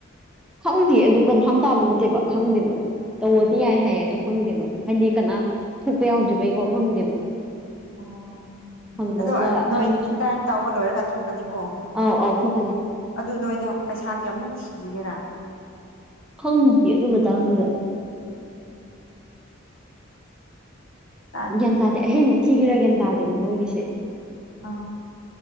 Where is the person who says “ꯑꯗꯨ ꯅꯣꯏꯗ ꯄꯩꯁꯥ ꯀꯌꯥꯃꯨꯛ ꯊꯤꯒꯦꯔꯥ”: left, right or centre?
Left